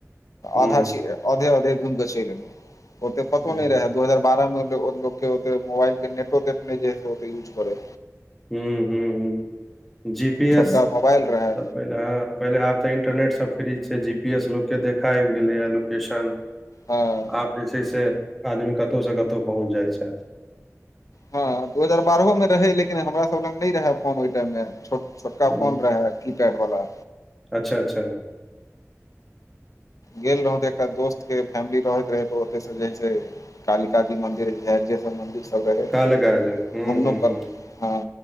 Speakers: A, in the centre; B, on the left.
A: हूं
B: आधा छिय आधे अधे घूम के चइल एल ओते पतो न
A: जी
B: रहै दू हजार बारह मे केओ के मोबाइल के नेटो तेट ने जे ह ओ यूज करे
A: <unintelligible> जी पी
B: छोटका
A: एस
B: मोबाइल रहे
A: पहिले ह पहिले आब तऽ इंटरनेट से फ्री छय जी पी एस लोक के देखा आबि गेले ये लोकेशन
B: हँ
A: आब जे छै से आदमी कतहु से कतहु पहुँच जाइ छैथ
B: हँ दू हजार बारहो में रहे लेकिन हमरा सब लग नय रहे फोन ओइ टाइम मे छ छोटका
A: हुं
B: फोन रहे की टाइप बला
A: अच्छा अच्छा
B: गेल रहौ तऽ एकटा दोस्त के फैमिली रहैत रहै त ओतयसँ जे से कालिका जी मन्दिर है जे समबन्धित त रहे
A: काल काज हुं
B: घुमलो
A: हुं हुं
B: हँ